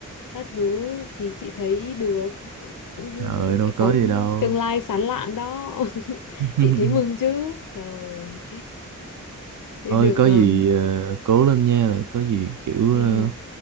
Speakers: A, on the left (about 80°); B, on the right (about 70°).
A: các thứ thì chị thấy được cũng
B: trời ơi đâu có
A: có
B: gì đâu
A: tương lai sáng lạn đó <laughs>
B: <laughs>
A: chị thấy mừng chứ trời thì
B: ơi
A: được
B: có
A: ờ,
B: gì ờ, cố lên nha rồi có gì kiểu ờ,
A: ừ,